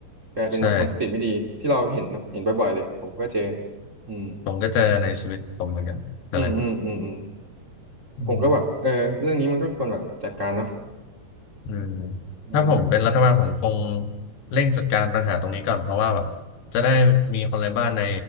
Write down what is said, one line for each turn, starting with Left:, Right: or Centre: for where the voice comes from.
Right: กลายเป็นแบบคนสติไม่ดีที่เราเห็นเนาะเห็นบ่อยๆเลยผมก็เจอ
Left: ใช่
Right: อืม
Left: ผมก็เจอในชีวิตผมเหมือนกันอะไรครับ
Right: อืมอืมอืมอืม
Left: อืม
Right: ผมก็แบบเออเรื่องนี้มันก็ควรแบบจัดการเนาะ
Left: อืม
Right: เออ
Left: ถ้าผมเป็นรัฐบาลผมคงเร่งจัดการปัญหาตรงนี้ก่อนเพราะว่าแบบจะได้มีคนไร้บ้านใน